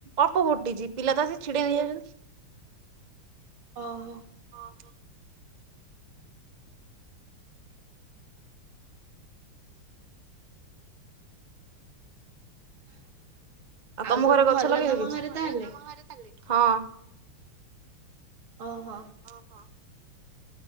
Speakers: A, on the right; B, on the right.
A: ଅଳ୍ପ ଫୁଟିଛି। ପିଲା ତ ଆସିକି ଛିଡେଇ ନେଇଯାଉଛନ୍ତି।
B: ଅହ।
A: ଅ ହ।
B: <inaudible>
A: ଆଉ ତମ
B: ସବୁ
A: ଘରେ ଗଛ
B: ଭଲ
A: ଲଗେଇନ
B: ତମ
A: କିଛି,
B: ଘରେ ତାହେଲେ?
A: <inaudible> ହଁ।
B: ଅହ।
A: ଅହ